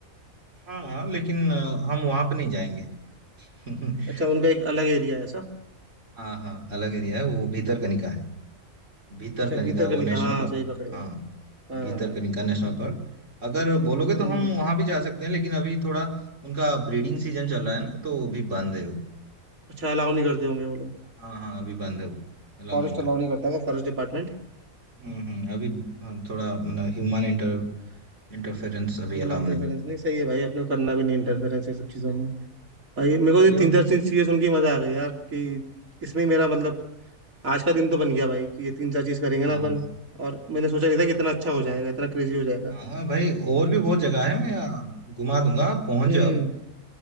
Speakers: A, on the right; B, on the right.
A: हाँ हाँ, लेकिन अ, हम वहाँ पे नहीं जाएंगे <laughs>
B: अच्छा उनका एक अलग एरिया है ऐसा
A: हाँ हाँ अलग एरिया है वो भीतरकनिका है भीतरकनिका
B: अच्छा भीतर
A: वो
B: का निकाह
A: नेशनल
B: हाँ
A: पार्क
B: सही पकड़े हो
A: हाँ
B: हाँ
A: भीतरकनिका नेशनल पार्क अगर बोलोगे तो
B: हम्म
A: हम वहां भी जा सकते हैं लेकिन अभी थोड़ा उनका ब्रीडिंग सीजन चल रहा है ना तो वो भी बंद है वो
B: अच्छा अलाउ नहीं करते होंगे वो लोग
A: हाँ हाँ अभी बंद है वो अलाउ
B: फॉरेस्ट
A: नहीं करते
B: अलाउ नहीं करता होगा फॉरेस्ट डिपार्टमेंट
A: हम्म हम्म अभी हाँ, थोड़ा मतलब ह्यूमन इंटर इंटरफेरेंस अभी
B: इंटरफेरेंस
A: अलाउ नहीं
B: नहीं सही है भाई अपने को करना भी नहीं इंटरफेरेंस ये सब चीज़ों में भाई मेरे को
A: क्योंकि
B: ये
A: उन
B: तीन चार चीज चीज़ें सुन के मजा आ गई यार कि इसमें ही मेरा मतलब आज का दिन तो बन गया भाई कि ये तीन चार चीज़ करेंगे
A: हाँ
B: ना अपन और मैंने सोचा नहीं था कि इतना अच्छा हो जाएगा इतना क्रेजी हो जाएगा
A: हाँ हाँ भाई और भी बहुत जगह है मैं आ, घुमा दूंगा आप पहुंच
B: हम्म
A: जाओ